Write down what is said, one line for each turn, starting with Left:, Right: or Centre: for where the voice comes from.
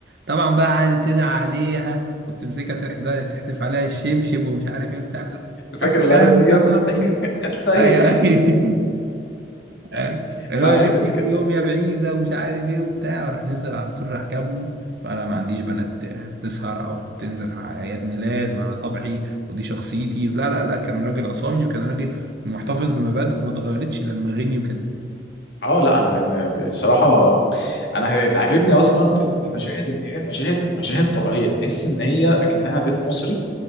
Right: طبعا بقى قعدت تدعي عليها وتمسكها تحض- تحدف عليها الشبشب ومش عارف ايه بتاع
Left: فاكر
Right: ماشي
Left: القعده
Right: كلامك
Left: ديت
Right: يا فاطمه
Left: <laughs> هتلاقي
Right: ايوه <laughs> فاهم؟
Left: <laughs>
Right: اللي
Left: لا
Right: هو
Left: الحته
Right: شوف
Left: دي
Right: فيك
Left: كانت
Right: يوم يا بعيدة ومش عارف ايه وبتاع وراح نزل على طول راح جابهم وانا ما عنديش بنات تسهر او تنزل على اعياد ميلاد وانا طبعي ودي شخصيتي لا لا لا كان راجل عصامي وكان راجل محتفظ بمبادئه وما اتغيرتش لما غني وكده
Left: اه لا انا بن- بصراحه انا اللي عاجبني اصلا في المشاهد ان هي المشاهد مشاهد طبيعيه تحس ان هي اكنها بيت مصري